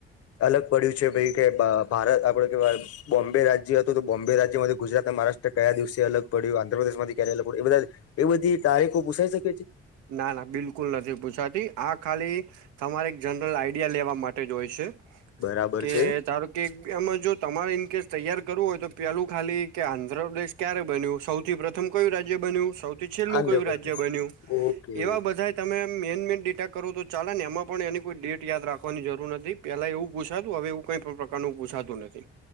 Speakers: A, on the left; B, on the right.
A: અલગ પડ્યું છે ભાઈ કે ભારત આપડે કેવાય બોમ્બે રાજ્ય હતો તો બોમ્બે રાજ્યમાં ગુજરાત ના મહારાષ્ટ્ર કયા દિવસે અલગ પડ્યું આંધ્રપ્રદેશ માં ક્યારે અલગ પડ્યું એ બધા એ બધી તારીખો પૂસાઈ શકે છે.
B: ના ના બિલકુલ નથી પૂછાતી આ ખાલી તમારે એક જનરલ આઈડિયા લેવા માટે જ હોય છે.
A: બરાબર
B: કે
A: છે
B: ધારો કે આમાં જો તમારે ઇનકેસ તૈયાર કરવું હોય તો પેલું ખાલી કે આંધ્રપ્રદેશ ક્યારે બન્યું સૌથી પ્રથમ કયું રાજ્ય બન્યું સૌ છેલ્લું
A: આંધ્રપ્રદેશ
B: કયું રાજ્ય બન્યું
A: ઓકે
B: એવા બધા તમે મેન મેન ડેટા કરો તો ચાલે ને એમાં પણ એની કોઈ ડેટ યાદ રાખવાની જરૂર નથી. પેલા એવું પૂછાતું હવે એવું કઈ પણ પ્રકાર નું પૂછાતું નથી.